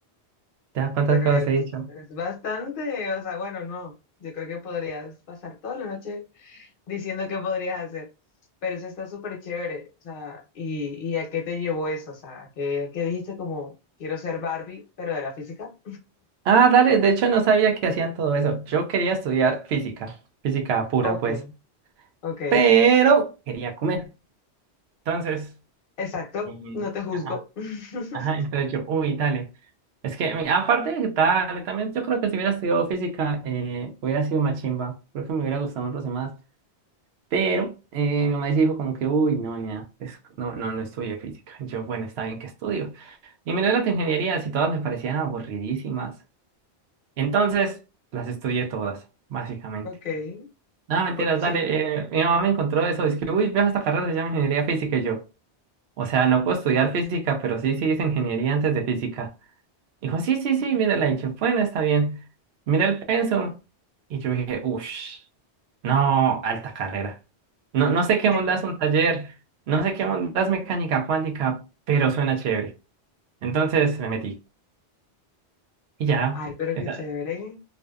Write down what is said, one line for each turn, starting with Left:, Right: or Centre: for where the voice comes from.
Right: ¿ya cuántas
Left: Pero
Right: cosas
Left: es,
Right: he dicho?
Left: es bastante, o sea, bueno, no. Yo creo que podrías pasar toda la noche diciendo qué podrías hacer. Pero eso está súper chévere. O sea, ¿y, y a qué te llevó eso? O sea, ¿a ¿qué, a qué dijiste como quiero ser Barbie, pero de la física?
Right: Ah, dale, de hecho no sabía que hacían todo eso. Yo quería estudiar física, física pura,
Left: Ok,
Right: pues.
Left: ok.
Right: pero quería comer. Entonces,
Left: Exacto.
Right: mm,
Left: No te juzgo.
Right: ajá,
Left: <laughs>
Right: ajá, entonces yo, uy, dale. Es que mm, aparte de que dale, también yo creo que si hubiera estudiado física, eh, hubiera sido más chimba. Creo que me hubiera gustado otros demás. Pero eh, mi mamá sí dijo como que, uy, no, nea, es- no, no, no estudié física. Y Yo, bueno, está bien que estudio. Y miré las ingenierías y todas me parecían aburridísimas. Entonces, las estudié todas, básicamente.
Left: Ok.
Right: Nada, mentiras,
Left: bu- sí,
Right: dale. eh, mi mamá me encontró eso, es que, uy, veo esta carrera, se llama ingeniería física y yo. O sea, no puedo estudiar física, pero sí, sí hice ingeniería antes de física. Dijo, sí, sí, sí, mírala. Y yo, bueno, está bien. Mira el pensum. Y yo dije, uff, no, alta carrera. No, no sé qué
Left: tiene-
Right: mondas un taller, no sé qué mondas mecánica cuántica, pero suena chévere. Entonces me metí. Y ya.
Left: Ay, pero
Right: Esa-
Left: qué chévere.